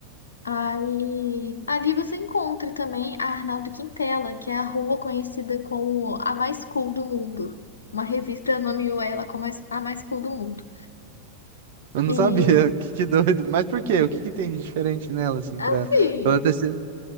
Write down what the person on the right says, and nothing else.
Eu não
sabia, <laughs> que, que doido. Mas por quê? O que que tem de diferente nela, assim,
pra, pra ela ter sido?